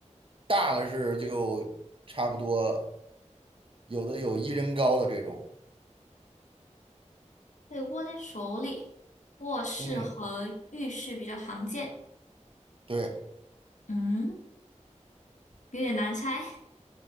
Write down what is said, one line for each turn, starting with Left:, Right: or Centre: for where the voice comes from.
Right: 大的是就差不多，有的有一人高的这种，
Left: 可以握在手里。卧室和浴室比较常见。
Right: 嗯，对，
Left: 嗯，有点难猜，